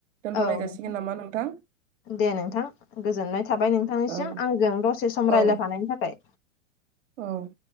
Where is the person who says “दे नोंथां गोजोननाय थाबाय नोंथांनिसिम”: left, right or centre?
Left